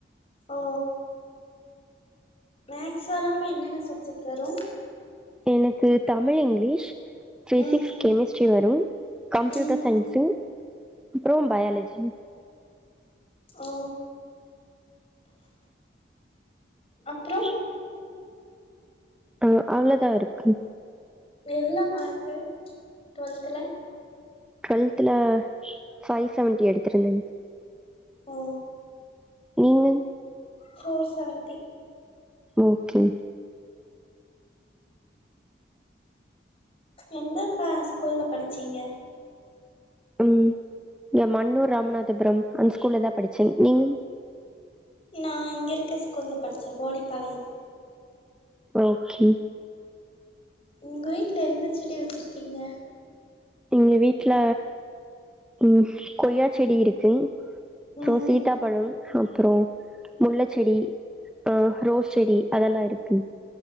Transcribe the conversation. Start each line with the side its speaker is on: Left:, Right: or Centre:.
Left: ஓ மேக்ஸ் வராம என்னென்ன சப்ஜெக்ட் வரு
Centre: எனக்கு தமிழ், இங்கிலீஷ், பிசிக்ஸ்,
Left: ம்
Centre: கெமிஸ்ட்ரி வரு கம்ப்யூட்டர்
Left: ம்
Centre: சயின்ஸ்சு அப்றோ பயாலஜி
Left: ஓ அப்றோ
Centre: ச்சி ஆ அவ்ளோதா இருக்கு
Left: எவ்ளோ மார்க் டுவெல்த்ல
Centre: டுவெல்த்ல ஃபைவ் செவன்ட்டி எடுத்துருந்தே
Left: ஓ
Centre: நீங்க
Left: ஃபோர் சவண்ட்டி
Centre: ஓகே
Left: எந்த அக்கா ஸ்கூல்ல படிச்சீங்க
Centre: ம் இங்க மன்னூர் ராமநாதபுரம் அந்த ஸ்கூல்ல தா படிச்ச நீங்க
Left: நா இங்க இருக்க ஸ்கூல்ல படிச்சே போடி பாளையம்
Centre: ஓகே
Left: உங்க வீட்ல என்ன செடி வச்சுருக்கீங்க
Centre: எங்க வீட்ல ம் கொய்யா செடி இருக்கு
Left: ம்
Centre: சோ சீ த்தாப்பழம் அப்றோ முல்ல செடி ஆ ரோஸ் செடி அதெல்லா இருக்கு